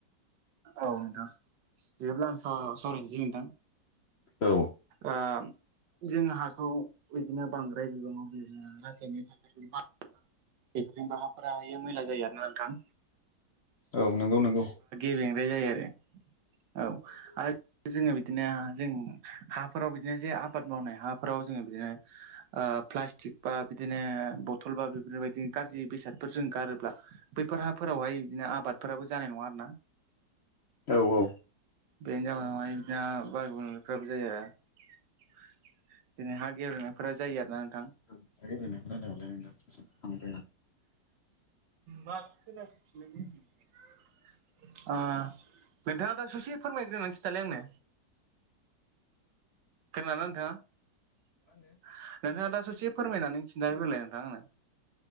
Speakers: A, on the right; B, on the left.
A: औ नोंथां बिदिब्ला आं सा-सावरायनोसै नोंथां।
B: औ
A: ओ जों हाखौ बिदिनो बांद्राय बिबाङाव बे ओ रायनिक हासार बा बेफोरजोंबो हाफोरा बेयो मैला जायो आरो ना नोंथां।
B: औ नंगौ नंगौ।
A: बेंग्राय जायो आरो औ आरो जोङो बिदिनो जों हाफोराव बिदिनो जे आबाद मावनाय हाफोराव जोङो बिदिनो ओ प्लास्टिक बा बिदिनो बथल बा बेफोरबायदि गाज्रि बेसादफोर जों गारोब्ला बै फोर हाफोरावहाय बिदिनो आबादफोराबो जानाय नङा आरो ना।
B: औ औ।
A: बे जावहाय बिदिनो बार गुबुंनायफ्राबो जायो आरो। दिनै हा गेब्रेंनायफोरा जायो आरो नों
B: <unintelligible>
A: बाथ <unintelligible> ओ नोंथाङा दा ससे फोरमायग्रोनानै खिथालाय आंनो। खोनादोना नोंथाङा नोंथाङा दा ससे फोरमायनानै खिनथाग्रोलाय नोंथां आंनो।